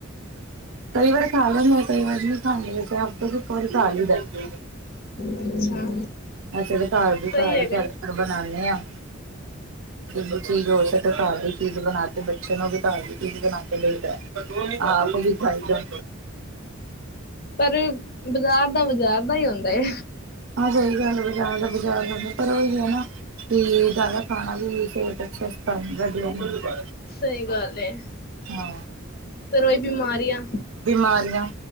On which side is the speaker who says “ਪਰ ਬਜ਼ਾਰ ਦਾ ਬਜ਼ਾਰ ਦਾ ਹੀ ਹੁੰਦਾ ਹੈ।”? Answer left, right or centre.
Left